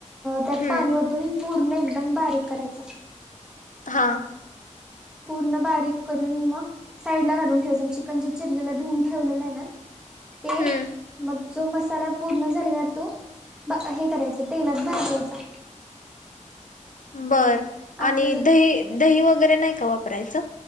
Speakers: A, in the centre; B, on the left (about 85°).
A: त्यात
B: हम्म
A: पाणी पूर्ण एकदम बारीक करायचा
B: हां
A: पूर्ण बारीक करून मग साईड ला काढून ठेवायचं चिकन ज चिरलेलं धुवून ठेवलेलं आहे ना ते
B: हम्म
A: म जो मसाला पूर्ण झालेला तो हे करायचा तेलात भाजायचा
B: बर
A: आपल्या
B: आणि दही दही वगैरे नाही का वापरायचं